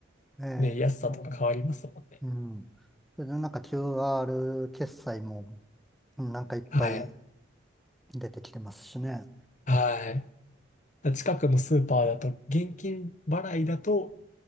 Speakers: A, in the centre; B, on the left (about 40°).
A: えええ
B: ね、安さとか変わりますもんね。
A: うん。それでなんか QR 決済もなんかいっぱい
B: はい。
A: 出てきてますしね。
B: はい。だ近くのスーパーだと、現金払いだと、